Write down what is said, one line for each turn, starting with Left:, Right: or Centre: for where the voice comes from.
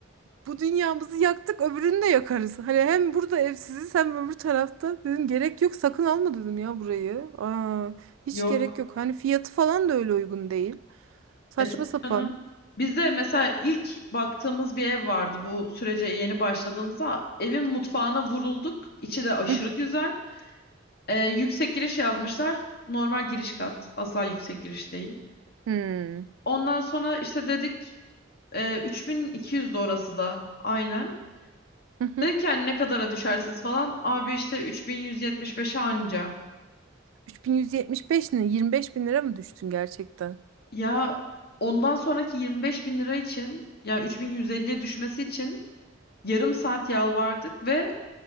Right: Bu dünyamızı yaktık öbürünü de yakarız. Hani hem burada evsiziz hem öbür tarafta. Dedim gerek yok sakın alma dedim ya burayı. Aa, hiç
Left: Yok.
Right: gerek yok. Hani fiyatı falan da öyle uygun değil. Saçma
Left: E tabii
Right: sapan.
Left: canım. Bizde mesela ilk baktığımız bir ev vardı bu sürece yeni başladığımızda. Evin mutfağına vurulduk. İçi de aşırı
Right: Hı hı.
Left: güzel. E, yüksek giriş yazmışlar. Normal giriş kat. Asla yüksek giriş değil.
Right: Hmm.
Left: Ondan sonra işte dedik e, 3200'dü orası da. Aynen.
Right: Hı hı.
Left: Dedik yani ne kadara düşersiniz falan. Abi işte 3175'e anca.
Right: 3175 ne? 25 bin lira mı düştün gerçekten?
Left: Ya ondan sonraki 25 bin lira için yani 3150'ye düşmesi için yarım saat yalvardık ve